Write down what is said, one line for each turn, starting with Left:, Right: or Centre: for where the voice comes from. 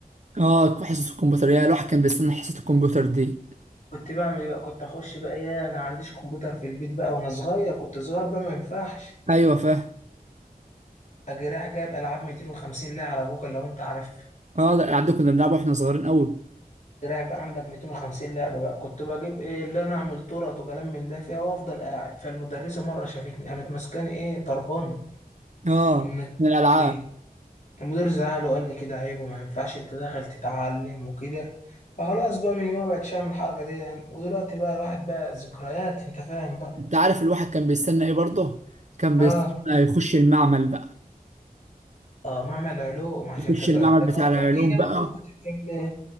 Right: آه حصة الكمبيوتر يا الواحد كان بيستنى حصة الكمبيوتر دي
Left: كنت بعمل ايه بقى كنت اخش بقى يا انا عنديش كمبيوتر في البيت بقى وانا صغير كنت صغير بقى ما ينفعش
Right: أيوة فاهم
Left: اجي رايح جايب العاب 250 لعبه على جوجل لو انت عارف
Right: آه ده الألعاب دي كنا بنلعبها وإحنا صغيرين أوي
Left: أجي رايح بقى عندك 250 لعبه بقى كنت بجيب ايه اللي انا اعمل تورت وكلام من ده فيها وافضل قاعد فالمدرسه مره شافتني قامت ماسكاني ايه ضرباني
Right: آه
Left: ومن
Right: من الألعاب
Left: البيت. المدير زعل وقال لي كده عيب وما ينفعش انت داخل تتعلم وكده فخلاص بقى من يومها بقتش اعمل الحركه دي يعني. ودلوقتي بقى الواحد بقى ذكريات انت فاهم بقى
Right: أنت عارف الواحد كان بيستنى إيه برضه كان بيستنى
Left: اه
Right: يخش المعمل بقى
Left: اه معمل علوم عشان
Right: يخش
Left: تجار
Right: المعمل
Left: التجارة
Right: بتاع العلوم
Left: احكي لي
Right: بقى
Left: بقى كده كنت بتعمل ايه